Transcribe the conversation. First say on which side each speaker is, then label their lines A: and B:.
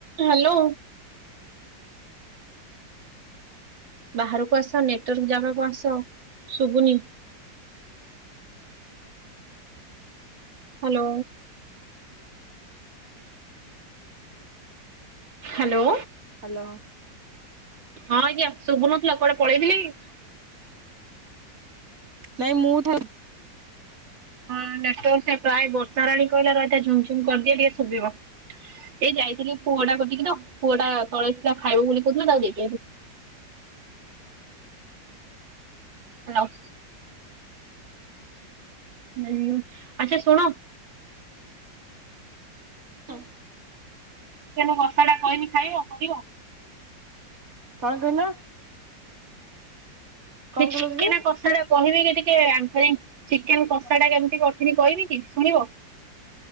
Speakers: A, on the right; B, on the right.
A: Hello. ବାହାରକୁ ଆସ network ଜାଗାକୁ ଆସ ଶୁବୁନି। ହାଲୋ। ହାଲୋ।
B: ହାଲୋ।
A: ହଁ ଆଜ୍ଞା ଶୁଭୁନଥିଲା କୁଆଡେ ପଳେଇଥିଲେ କି?
B: ନାଇଁ ମୁଁ ଥ
A: ହଁ ନେଟୱାର୍କ ଟା ପାଏ ବର୍ଷା ରାଣୀ କହିଲା ରହିଥା ଝୁମ୍ ଝୁମ୍ କରିଦିଏ ଟିକେ ଶୁବିବ। ଏଇ ଯାଇଥିଲି ପୁଅଟା କିତିକି ତ। ପୁଅଟା ତଳେ ଥିଲା ଖାଇବ ବୋଲି କହୁଥୂଲେ ତାକୁ ଦେଇକି ଆଇଲି। ହାଲୋ। ହଁ ଆଚ୍ଛା ଶୁଣ।
B: ହୁଁ
A: ଚିକେନ କଷା ଟା କଇନି ଖାଇବ କରିବ।
B: କଣ କହିଲ? କଣ
A: ମାନେ
B: କହିଲ
A: ଚିକେନ
B: ଦିଦି?
A: କଷାଟା କହିବି କି ଟିକେ ଆଙ୍କରିଂ
B: <inaudible>
A: ଚିକେନ
B: ଚି
A: କଷାଟା କେମିତି କରିଥିଲି କହିବି କି ଶୁଣିବ?